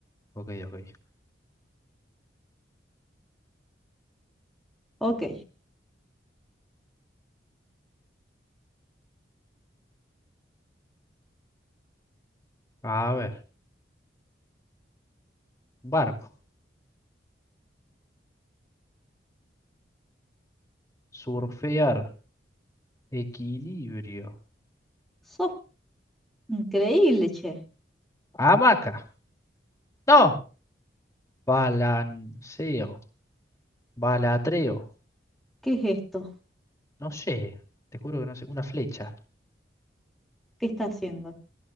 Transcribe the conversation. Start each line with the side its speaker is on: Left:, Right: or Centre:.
Left: Ok, ok.
Centre: Ok.
Left: A ver. Barco. Surfear. Equilibrio.
Centre: Sos increíble, che.
Left: Hamaca. No. Balanceo. Balatreo.
Centre: ¿Qué es esto?
Left: No sé. Te juro que no sé. Una flecha.
Centre: ¿Qué está haciendo?